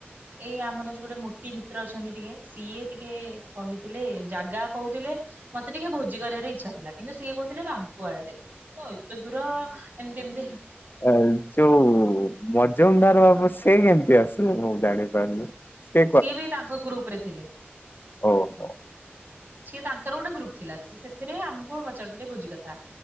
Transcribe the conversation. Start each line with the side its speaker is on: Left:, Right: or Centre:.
Right: ଏଇ ଆମର ଯୋଉ ଗୋଟେ ମୋଟି ମିତ୍ର ଅଛନ୍ତି ଟିକେ ସିଏ ଟିକେ କହିଥିଲେ ଜାଗା କହୁଥିଲେ ମତେ ଟିକେ ଭୋଜି କରିବାର ଇଚ୍ଛା ଥିଲା କିନ୍ତୁ ସିଏ କହୁଥିଲେ ବାଙ୍କୁ ଆଳରେ ଓ ଏତେ ଦୂର ଏମିତି ଏମିତି
Left: ଏ ଯୋଉ ମଜୁମଦାର ସେ କେମିତି ଆସିବେ ମୁଁ ଜାଣିପାରୁନି। ସେ
Right: ସିଏ ବି ତାଙ୍କ ଗ୍ରୁପ୍ ରେ ଥିଲେ।
Left: ଓ ହୋ।
Right: ସିଏ ତାଙ୍କର ଗୋଟେ ଗ୍ରୁପ ଥିଲା ସେ ସେଥିରେ ଆମକୁ ପଚାରୁଥିଲେ ଭୋଜି କଥା